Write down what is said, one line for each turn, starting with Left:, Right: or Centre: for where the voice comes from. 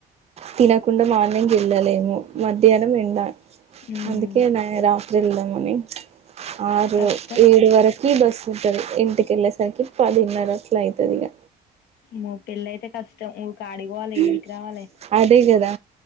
Right: తినకుండ మార్నింగ్ వెళ్ళలేము మధ్యాహ్నం ఎండ
Left: మ్మ్
Right: అందుకే న రాత్రి వెళ్దామని ఆరూ
Left: కష్టం
Right: ఏడు వరకి బస్ ఉంటది ఇంటికి వెళ్ళేసరికి పదిన్నర అట్లా అయితది ఇగ
Left: మా పెల్లి అయితే కష్టం ఆడికి పోవాలే
Right: హ్
Left: ఈడికి రావాలే
Right: అదే కదా